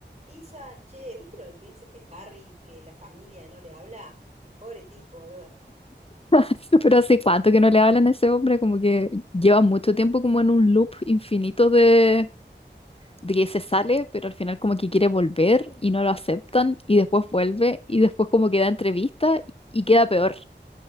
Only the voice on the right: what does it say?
Isa, che, ¿viste lo del príncipe Harry que la familia no le habla? Pobre tipo, boluda.